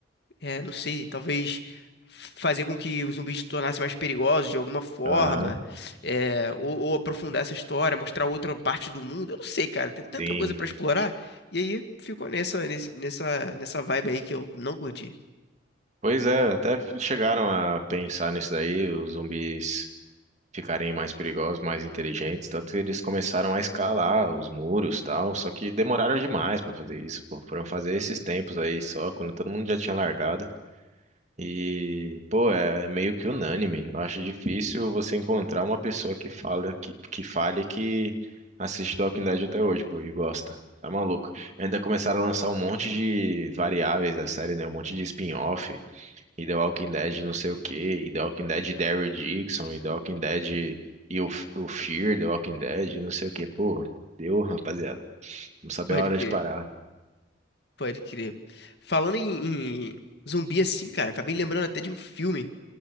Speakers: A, on the left (about 60°); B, on the right (about 40°).
A: É, não sei, talvez fazer com que os zumbis se tornassem mais perigosos de alguma forma,
B: Aham,
A: é, ou, ou aprofundar essa história, mostrar outra parte do mundo. Eu não sei, cara, tem tanta
B: sim.
A: coisa pra explorar. E aí ficou nessa, nesse- nessa, nessa vibe aí que eu não curti.
B: Pois é, até chegaram a pensar nisso daí, os zumbis ficarem mais perigosos, mais inteligentes, tanto que eles começaram a escalar os muros, tal, só que demoraram demais pra fazer isso, pô. Foram fazer esses tempos aí só, quando todo mundo já tinha largado. E, pô, é meio que unânime. Eu acho difícil você encontrar uma pessoa que fala que, que fale que assiste The Walking Dead até hoje, pô, e gosta. Tá maluco. Ainda começaram a lançar um monte de variáveis da série, né? Um monte de spin-off. E The Walking Dead não sei o quê, e The Walking Dead Daryl Dixon, e The Walking Dead e o, o Fear, The Walking Dead, e não sei o quê. Pô, deu, rapaziada. Não sabia
A: Pode
B: a hora
A: crer,
B: de parar.
A: pode crer. Falando em, em zumbi assim, cara, acabei lembrando até de um filme